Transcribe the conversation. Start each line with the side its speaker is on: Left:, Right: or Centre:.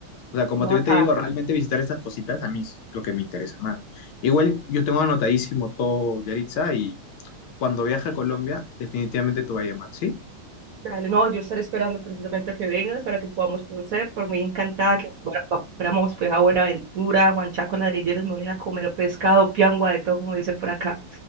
Left: O sea, como
Right: no,
Left: te,
Right: acá,
Left: yo te digo,
Right: acá.
Left: realmente visitar estas cositas a mí es lo que me interesa más. Igual yo tengo anotadísimo todo, Yaritza, y cuando viaje a Colombia, definitivamente te voy a llamar, ¿sí?
Right: Dale, no, yo estaré esperando precisamente a que vengas para que podamos conocer, por muy encantada que fuera- pa- fuéramos pues a Buenaventura, a Juan Chaco, Ladrilleros, me voy a comer pescado, piangua, de todo, como dicen por acá.